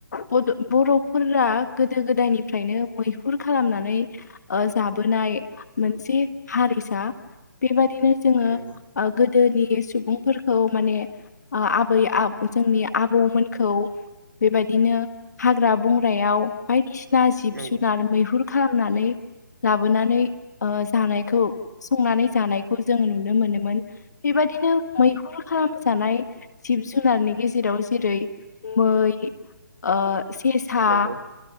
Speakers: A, on the left; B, on the right.
A: बड' बर'फोरा गोदो गोदायनिफ्रायनो मैहुर खालामनानै ओ जाबोनाय मोनसे हारिसा बेबादिनो जोङो
B: नंगौ
A: आ गोदोनि सुबुंफोरखौ माने आ आबै आ जोंनि आबौमोनखौ बेबायदिनो हाग्रा बंग्रायाव बायदिसिना जिब
B: नंगौ
A: जुनार मैहुर खालामनानै लाबोनानै ओ जानायखौ संनानै जानायखौ जों नुनो मोनोमोन। बेबादिनो मैहुर खालामजानाय जिब जुनारनि गेजेराव जेरै मै ओ सेसा
B: नंगौ